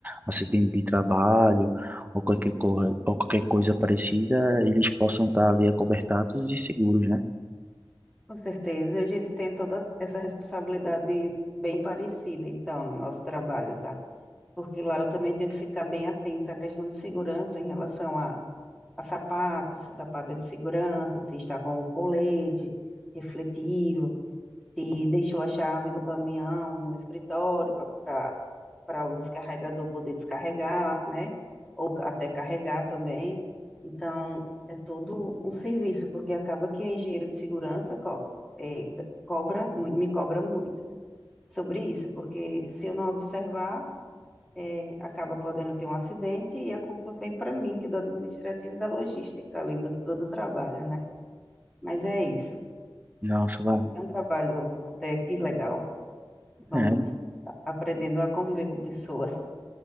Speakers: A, on the right; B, in the centre.
A: acidente de trabalho ou qualquer, cor- ou qualquer coisa parecida, eles possam estar ali acobertados e seguros, né?
B: Com certeza. A gente tem toda essa responsabilidade bem parecida, então, no nosso trabalho, tá? Porque lá eu também tenho que ficar bem atenta à questão de segurança em relação a, a sapato, se o sapato é de segurança, se está com o colete refletivo, se deixou a chave do caminhão no escritório para para o descarregador poder descarregar, né? Ou até carregar também. Então, é todo um serviço, porque acaba que a engenheira de segurança co- eh, da- cobra, mu- me cobra muito sobre isso, porque se eu não observar, eh, acaba podendo ter um acidente e a culpa vem para mim, que é do administrativo e da logística ali, do, do, do trabalho, né? Mas é isso.
A: Nossa, vai.
B: É um trabalho até que legal. Vamos
A: é
B: a- aprendendo a conviver com pessoas.